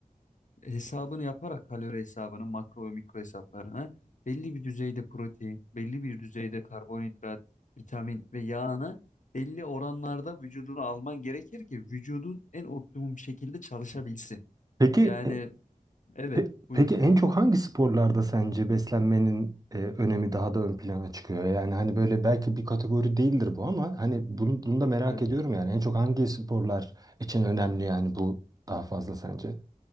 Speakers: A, on the left; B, on the right.
A: hesabını yaparak kalori hesabını, makro ve mikro hesaplarını belli bir düzeyde protein, belli bir düzeyde karbonhidrat, vitamin ve yağını belli oranlarda vücuduna alman gerekir ki vücudun en optimum şekilde çalışabilsin.
B: Peki
A: Yani
B: e,
A: Evet,
B: Pe-
A: buyur
B: Peki
A: kanka.
B: en çok hangi sporlarda sence beslenmenin e, önemi daha da ön plana çıkıyor? Yani hani böyle belki bir kategori değildir bu ama hani bunu, bunu da merak
A: Evet.
B: ediyorum yani en çok hangi sporlar için önemli yani bu daha fazla sence?